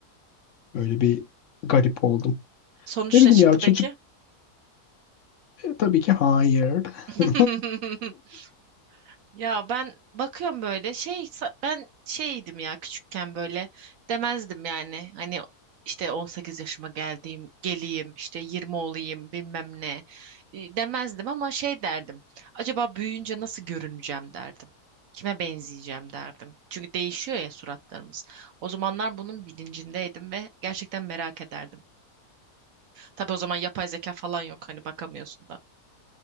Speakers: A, on the left (about 60°); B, on the right (about 65°).
A: Böyle bir garip oldum.
B: Sonuç
A: Ne bileyim
B: ne çıktı
A: ya çocuk
B: peki?
A: e, tabii ki hayır.
B: <laughs>
A: <laughs>
B: Ya ben bakıyorum böyle şey sa- ben şeydim ya küçükken böyle demezdim yani hani işte 18 yaşıma geldiğim geleyim işte 20 olayım bilmem ne e, demezdim ama şey derdim acaba büyüyünce nasıl görüneceğim derdim kime benzeyeceğim derdim çünkü değişiyor ya suratlarımız o zamanlar bunun bilincindeydim ve gerçekten merak ederdim tabii o zaman yapay zeka falan yok hani bakamıyorsun da